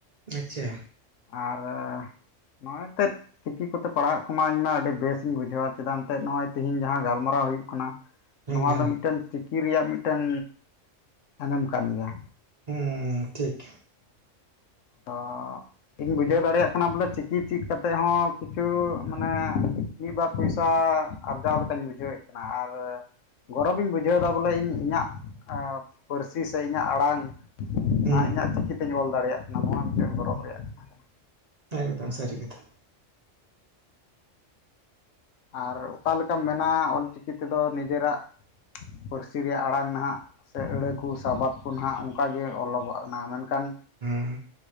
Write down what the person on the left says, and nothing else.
ᱟᱨ ᱱᱚᱜᱼᱚᱭ ᱮᱱᱛᱮᱫ ᱪᱤᱠᱤ ᱠᱚᱛᱮ ᱯᱟᱲᱦᱟᱜ ᱠᱚᱢᱟ ᱤᱧᱢᱟ ᱟᱹᱰᱤ ᱵᱮᱥᱤᱧ ᱵᱩᱡᱷᱟᱹᱣᱼᱟ ᱪᱮᱫᱟᱜ ᱮᱱᱛᱮ ᱱᱚᱜᱼᱚᱭ ᱛᱤᱦᱤᱧ ᱡᱟᱦᱟᱸ ᱜᱟᱞᱢᱟᱨᱟᱣ ᱦᱩᱭᱩᱜ ᱠᱟᱱᱟ ᱱᱚᱣᱟ
ᱫᱚ ᱢᱤᱫᱴᱮᱱ ᱪᱤᱠᱤ ᱨᱮᱭᱟᱜ ᱢᱤᱫᱴᱮᱱ ᱟᱡᱚᱢ ᱠᱟᱱ ᱜᱮᱭᱟ
ᱚᱜᱻ ᱤᱧ ᱵᱩᱡᱷᱟᱹᱣ ᱫᱟᱲᱮᱭᱟᱜ ᱠᱟᱱᱟ ᱵᱚᱞᱮ ᱪᱤᱠᱤ ᱪᱮᱫ ᱠᱟᱛᱮᱴᱮᱫ ᱦᱚᱸ ᱠᱤᱪᱷᱩ ᱢᱟᱱᱮ ᱢᱤᱫ ᱵᱟᱨ ᱯᱚᱭᱥᱟ ᱟᱨᱡᱟᱣ ᱞᱮᱠᱟᱧ ᱵᱩᱡᱷᱟᱹᱣᱮᱫ ᱠᱟᱱᱟ ᱟᱨ ᱜᱚᱨᱚᱵᱤᱧ ᱵᱩᱡᱷᱟᱹᱣᱫᱟ ᱵᱚᱞᱮ ᱤᱧ ᱤᱧᱟᱹᱜ ᱯᱟᱹᱨᱥᱤ ᱥᱮ ᱤᱧᱟᱹᱜ ᱟᱲᱟᱝ
ᱤᱧᱟᱹᱜ ᱪᱤᱠᱤᱛᱮᱧ ᱚᱞ ᱫᱟᱲᱮᱭᱟᱜ ᱠᱟᱱᱟ ᱱᱚᱣᱟ ᱢᱤᱫᱴᱮᱱ ᱜᱚᱨᱚᱵᱽ ᱨᱮᱭᱟᱜ ᱠᱟᱛᱷᱟ ᱠᱟᱱᱟ
ᱟᱨ ᱚᱠᱟ ᱞᱮᱠᱟᱢ ᱢᱮᱱᱟ ᱚᱞᱪᱤᱠᱤ ᱛᱮᱫᱚ ᱱᱤᱡᱮᱨᱟᱜ ᱯᱟᱹᱨᱥᱤ ᱨᱮᱭᱟᱜ ᱟᱲᱟᱝ ᱱᱟᱦᱟᱜ ᱥᱮ ᱟᱹᱲᱟᱹ ᱠᱚ ᱥᱟᱵᱟᱫᱽ ᱠᱚ ᱱᱟᱦᱟᱜ ᱚᱱᱠᱟᱜ ᱜᱮ ᱚᱞᱚᱜᱚᱜ ᱠᱟᱱᱟ ᱢᱮᱱᱠᱷᱟᱱ